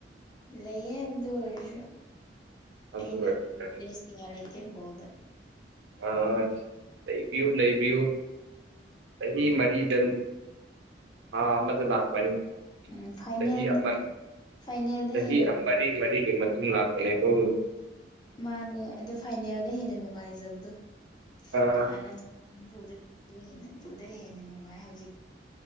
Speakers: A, on the left; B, on the right.
A: ꯂꯩꯌꯦ ꯑꯗꯨ ꯑꯗꯨ ꯑꯣꯏꯔꯁꯨ
B: ꯑꯗꯨ
A: ꯑꯩꯅ
B: ꯑꯣꯏꯔꯗꯤ
A: ꯗ꯭ꯔꯦꯁ ꯀꯌꯥ ꯂꯩꯇꯦ ꯕꯣꯜꯗ
B: ꯑ ꯂꯩꯕꯤꯌꯨ ꯂꯩꯕꯤꯌꯨ ꯆꯍꯤ
A: ꯎꯝ
B: ꯃꯔꯤꯗ ꯑꯥ ꯃꯗꯨ ꯂꯅꯥꯒꯕꯥꯅꯤ꯫꯫
A: ꯎꯝ ꯐꯥꯏꯅꯦꯜꯗ
B: ꯆꯍꯤ ꯑꯃ
A: ꯐꯥꯏꯅꯦꯜꯗ
B: ꯆꯍꯤ
A: ꯍꯦꯟꯅ
B: ꯑꯃꯔꯤ ꯃꯔꯤꯒꯤ ꯃꯇꯨꯡ ꯂꯥꯛ꯫ ꯑꯂꯦꯄꯣ꯫
A: ꯃꯥꯅꯦ ꯑꯗꯨ ꯐꯥꯏꯅꯦꯜꯗ ꯍꯦꯟꯅ ꯅꯨꯡꯉꯥꯏꯖꯕꯗꯣ꯫
B: ꯑꯥ
A: ꯀꯅꯥꯅꯗ ꯍꯦꯟꯅ ꯅꯨꯡꯉꯥꯏ ꯍꯧꯖꯤꯛ